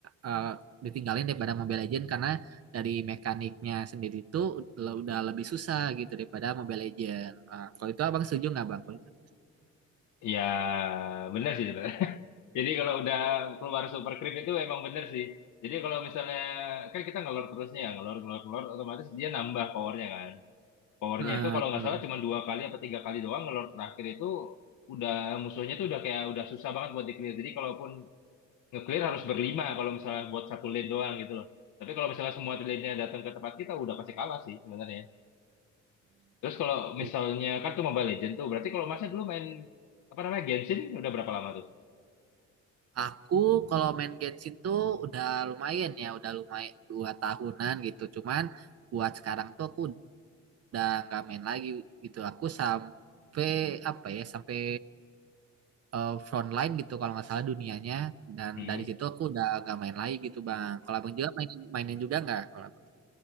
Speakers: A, on the right; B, on the left.
A: eh, ditinggalin daripada Mobile Legends karena dari mekaniknya sendiri itu udah, udah lebih susah gitu daripada Mobile Legends. Eh, kalau itu abang setuju nggak bang? Kalau itu?
B: Ya, benar sih sebenarnya. <laughs> Jadi kalau udah keluar super creep itu emang benar sih. Jadi kalau misalnya kan kita ngelor terusnya ya, ngelor ngelor ngelor otomatis dia nambah powernya kan. Powernya
A: Nah,
B: itu kalau nggak
A: tuh,
B: salah cuma dua kali apa tiga kali doang ngelor terakhir itu udah musuhnya tuh udah kayak udah susah banget buat di-clear. Jadi kalaupun nge-clear harus berlima kalau misalnya buat satu lane doang gitu loh. Tapi kalau misalnya semua lane-nya datang ke tempat kita udah pasti kalah sih sebenarnya. Terus kalau
A: tuh.
B: misalnya kan tuh Mobile Legend tuh berarti kalau masnya dulu main apa namanya Genshin udah berapa lama tuh?
A: Aku kalau main Genshin tuh udah lumayan ya, udah lumayan dua tahunan gitu. Cuman buat sekarang tuh aku udah nggak main lagi gitu. Aku sampai apa ya, sampai eh, frontline gitu kalau nggak salah dunianya dan
B: Mm-mm.
A: dari situ aku udah nggak main lagi gitu bang kalau abang juga main mainin juga nggak kalau abang